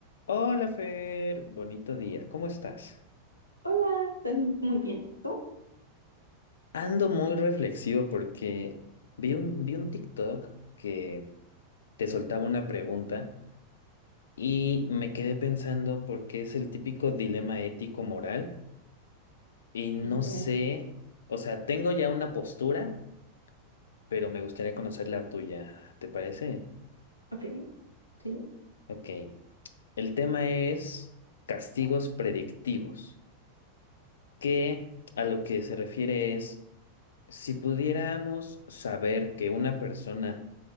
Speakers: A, on the left; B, on the left.
A: Hola Fer, bonito día, ¿cómo estás?
B: Hola, estoy muy bien. ¿Tú?
A: Ando muy reflexivo porque vi un, vi un TikTok que te soltaba una pregunta y me quedé pensando porque es el típico dilema ético-moral y no
B: Ok,
A: sé, o sea, tengo ya una postura, pero me gustaría conocer la tuya, ¿te parece?
B: ok, sí.
A: Ok, el tema es castigos predictivos. que a lo que se refiere es, si pudiéramos saber que una persona